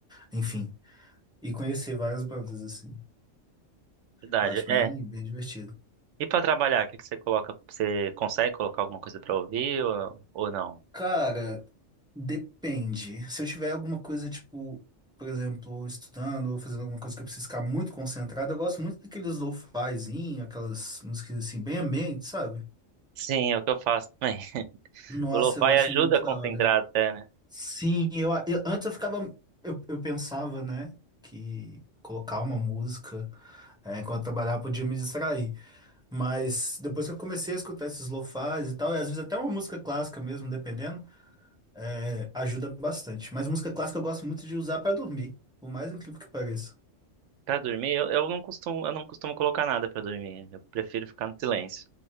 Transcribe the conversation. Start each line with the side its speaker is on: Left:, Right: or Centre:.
Centre: enfim, e conhecer várias bandas assim.
Right: Verdade.
Centre: Eu acho bem,
Right: É.
Centre: bem divertido.
Right: E pra trabalhar, o que que você coloca? Você consegue colocar alguma coisa pra ouvir ou, ou não?
Centre: Cara, depende. Se eu tiver alguma coisa, tipo, por exemplo, estudando ou fazendo alguma coisa que eu preciso ficar muito concentrado, eu gosto muito daqueles lo-fizinho, aquelas músicas assim, bem ambiente, sabe?
Right: Sim, é o que eu faço também. <laughs>
Centre: Nossa,
Right: O lo-fi
Centre: eu acho
Right: ajuda
Centre: muito
Right: a concentrar
Centre: da hora.
Right: até, né?
Centre: Sim, eu, eu- antes eu ficava, eu, eu pensava, né, que colocar uma música é, enquanto eu trabalhava podia me distrair, mas depois que eu comecei a escutar esses lo-fis e tal, e às vezes até uma música clássica mesmo, dependendo, é, ajuda bastante. Mas música clássica eu gosto muito de usar para dormir, por mais incrível que pareça.
Right: Pra dormir, eu, eu não costumo, eu não costumo colocar nada pra dormir. Eu prefiro ficar no silêncio.